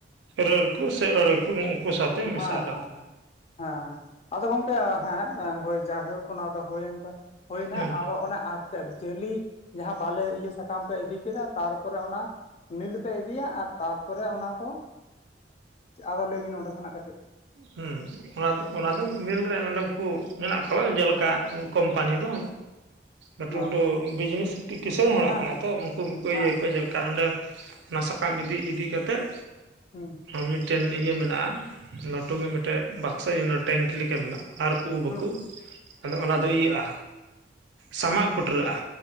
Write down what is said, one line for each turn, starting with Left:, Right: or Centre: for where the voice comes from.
Right: ᱨᱟᱹᱲ ᱠᱚ ᱥᱮ ᱟᱹᱲᱟᱹ ᱠᱚ ᱩᱱᱠᱩ ᱥᱟᱛᱮ
Left: ᱦᱮᱸ
Right: ᱢᱮᱥᱟᱜ ᱠᱚ
Left: ᱦᱮᱸ ᱦᱮᱸ ᱦᱮᱸ ᱦᱮᱸ ᱟᱫᱚ ᱜᱚᱝᱠᱮ ᱦᱮᱸ ᱦᱚᱭ ᱡᱟᱭᱦᱩᱠ ᱟᱱᱟ ᱫᱚ ᱦᱩᱭᱮᱱ ᱛᱟᱭ ᱦᱳᱭᱱᱟ
Right: ᱦᱩᱸ
Left: ᱟᱫᱚ ᱚᱱᱟ ᱟᱨ ᱡᱟᱹᱞᱤ ᱡᱟᱦᱟ ᱵᱟᱞᱮ ᱤᱭᱟᱹ ᱥᱟᱠᱟᱢ ᱯᱮ ᱤᱫᱤ ᱠᱮᱫᱟ ᱛᱟᱨᱯᱚᱨᱮ ᱚᱱᱟ ᱢᱤᱞ ᱯᱮ ᱤᱫᱤᱭᱟ ᱟᱨ ᱛᱟᱨᱯᱚᱨᱮ ᱚᱱᱟ ᱠᱚ ᱟᱫᱚ ᱞᱟᱹᱭ ᱵᱤᱱ ᱚᱸᱰᱮ ᱠᱷᱚᱱᱟᱜ ᱠᱟᱹᱴᱤᱡ
Right: ᱦᱮᱸ ᱚᱱᱟ ᱫᱚ, ᱚᱱᱟ ᱫᱚ ᱢᱤᱞ ᱨᱮ ᱚᱸᱰᱮ ᱩᱱᱠᱩ ᱢᱮᱱᱟᱜ ᱠᱚᱣᱟ ᱡᱮᱞᱮᱠᱟ ᱠᱚᱢᱯᱟᱱᱤ ᱫᱚ᱾ ᱞᱟᱹᱴᱩ
Left: ᱚ
Right: - ᱞᱟᱹᱴᱩ ᱵᱤᱡᱽᱱᱮᱥ ᱠᱤᱥᱟᱹᱬ ᱦᱚᱲᱟᱜ
Left: ᱦᱮᱸ
Right: ᱠᱟᱱᱟ
Left: ᱦᱮᱸ
Right: ᱛᱚ ᱩᱱᱠᱩ ᱜᱮᱠᱚ
Left: ᱦᱮᱸ
Right: ᱤᱭᱟᱹ ᱠᱚᱣᱟ ᱡᱮ ᱞᱮᱠᱟ ᱚᱸᱰᱮ ᱚᱱᱟ ᱥᱟᱠᱟᱢ ᱤᱫᱤ ᱤᱫᱤ ᱠᱟᱛᱮᱫ
Left: ᱦᱩᱸ
Right: ᱢᱤᱫᱴᱮᱱ ᱤᱭᱟᱹ ᱢᱮᱱᱟᱜ-ᱟ ᱞᱟᱹᱴᱩ ᱜᱮ ᱢᱤᱫᱴᱮᱱ ᱵᱟᱠᱥᱟ ᱴᱮᱝᱠᱤ ᱞᱮᱠᱟ ᱢᱮᱱᱟᱜ-ᱟ᱾ ᱚᱱᱟ ᱨᱮᱭᱟ ᱩᱵ ᱵᱟᱠᱚ,
Left: ᱦᱩᱸ
Right: ᱟᱫᱚ ᱚᱱᱟᱫᱚ ᱤᱭᱟᱹᱜ-ᱟ ᱥᱟᱢᱟᱜ ᱠᱩᱴᱨᱟᱹᱜ-ᱟ᱾